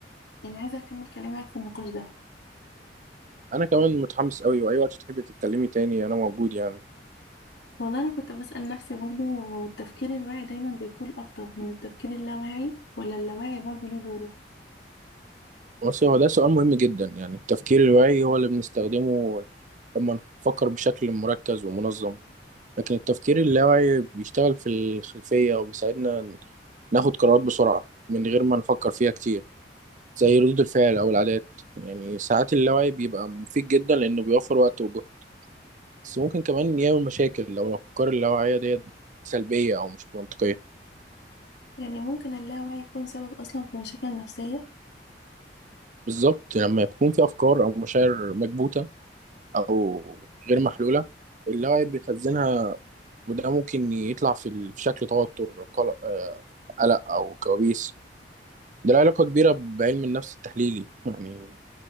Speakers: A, on the left; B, on the right.
A: يعني عايزه اكمل كلامي معاك في النقاش ده
B: أنا كمان متحمس أوي وأي وقت تحبي تتكلمي تاني أنا موجود يعني
A: والله انا كنت بسأل نفسي برضو هو التفكير الواعي دايما بيكون افضل من التفكير اللاواعي ولا اللاواعي برضو ليه دوره
B: بس هو ده سؤال مهم جدا يعني التفكير الواعي هو اللي بنستخدمه لما نفكر بشكل مركز ومنظم لكن التفكير اللاواعي بيشتغل في الخلفية وبيساعدنا ناخد قرارات بسرعة من غير ما نفكر فيها كتير زي ردود الفعل أو العادات يعني ساعات اللاوعي بيبقى مفيد جدا لأنه بيوفر وقت وجهد بس ممكن كمان يعمل مشاكل لو الأفكار اللاواعية ديت سلبية أو مش منطقية
A: يعني ممكن اللاواعي يكون سبب اصلا في مشاكل نفسية
B: بالظبط لما يكون في أفكار أو مشاعر مكبوتة أو غير محلولة اللاوعي بيخزنها وده ممكن يطلع في ال- في شكل توتر قلق آه، قلق أو كوابيس ده له علاقة كبيرة بعلم النفس التحليلي يعني